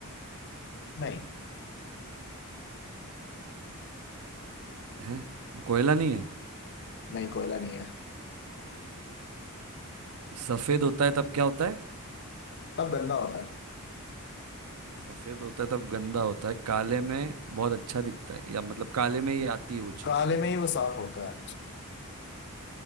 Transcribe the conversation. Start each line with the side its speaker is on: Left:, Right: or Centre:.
Left: नहीं
Right: है कोयला नहीं है
Left: नहीं कोयला नहीं है
Right: सफेद होता है तब क्या होता है
Left: तब गंदा होता है
Right: सफेद होता है तब गंदा होता है काले में बहुत अच्छा दिखता है या मतलब काले में ही आती है वो चीज
Left: काले में ही वो साफ होता है